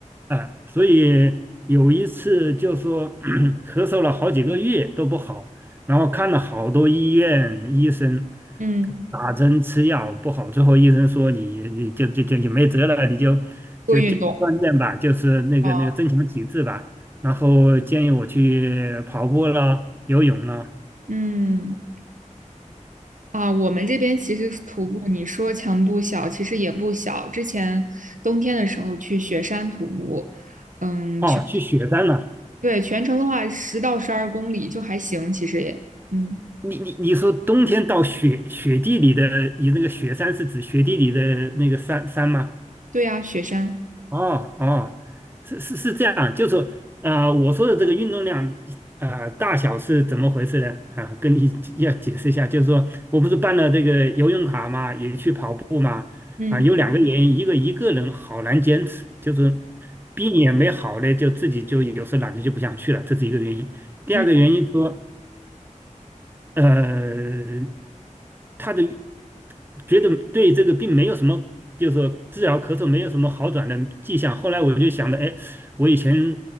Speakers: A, on the right; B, on the right.
A: 哎、所以有一次就说 <clears throat> 咳嗽了好几个月都不好，然后看了好多医院医生，
B: 嗯，
A: 打针吃药不好，最后医生说你你就就就也没辙了，你就
B: 多运动。
A: 就就锻炼吧，就是那个那个增强体质吧，
B: 啊。
A: 然后建议我去跑步啦、游泳啦、
B: 嗯啊，我们这边其实徒步，你说强度小，其实也不小。之前冬天的时候去雪山徒步，嗯，
A: 哦，
B: 去。
A: 去雪山了。
B: 对，全程的话十到十二公里就还行，其实也，嗯，
A: 你你你说冬天到雪雪地里的，你那个雪山是指雪地里的那个山山吗？
B: 对呀，雪山，
A: 哦哦，是是是这样，就是说呃，我说的这个运动量呃大小是怎么回事呢？啊，跟你要解释一下，就是说我不是办了这个游泳卡嘛，也去跑步嘛，
B: 嗯
A: 啊，有两个原因，一个一个人好难坚持，就是病也没好嘞，就自己就有时候懒得就不想去了，这是一个原因。第二个原因说，
B: 嗯
A: 呃，他的。觉得对这个病没有什么，就是说治疗咳嗽没有什么好转的迹象。后来我就想着，哎，我以前